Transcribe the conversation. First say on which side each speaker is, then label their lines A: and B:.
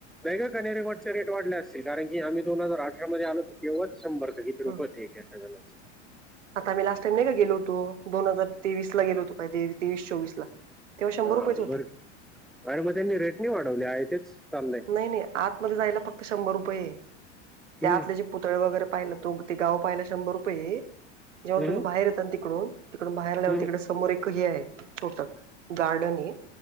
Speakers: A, in the centre; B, on the right.
A: नाही ग कनेरी मठचा रेट वाढला असेल कारण की आम्ही दोन हजार अठरामध्ये आलो तर तेव्हाच शंभर का-की तिरुपती
B: हम्
A: कसा झाला असत.
B: आता आम्ही लास्ट टाईम नाही का गलो होतो दोन हजार तेवीस ला गेलो होतो पाय तेवीस चोवीस ला. तेव्हा शंभर
A: हा
B: रुपयेच होते
A: बर आणि मग त्यांनी रेट नाही वाढवले आहे तेच चाललं
B: नाही नाही आतमध्ये जायला फक्त शंभर रुपये
A: हम्म,
B: त्या आतल्या पुतळे वगैरे पाहिला तो ते गाव पाहिला शंभर रुपये जेव्हा
A: हम्म,
B: तुम्ही बाहेर यतान तिकडून तिकडून बाहेर आल्यावर
A: हम्म.
B: तिकड समोर एक हे आहे छोट गार्डन हे.